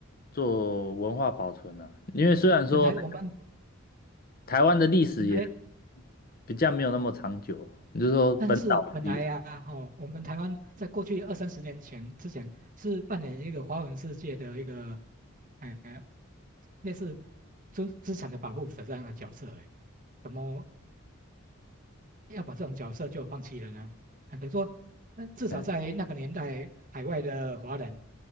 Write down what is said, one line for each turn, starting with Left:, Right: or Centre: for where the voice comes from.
Left: 做文化保存啊，因为虽然说
Right: 本来我们
Left: 台湾的历史也
Right: 本来，
Left: 比较没有那么长久，你就说本岛的历史，
Right: 但是本来呀、啊，吼、我们台湾在过去二三十年前之前是扮演一个华文世界的一个，哎，类似资资产的保护者这样的角色，哎，怎么要把这种角色就放弃了呢？啊，等于说，呃，至少在那个年代，
Left: 嗯
Right: 海外的华人